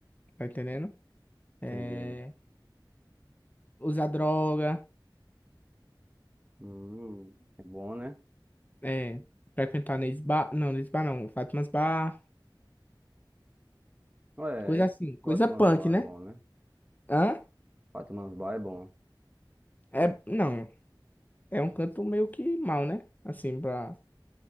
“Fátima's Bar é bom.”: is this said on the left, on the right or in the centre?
Right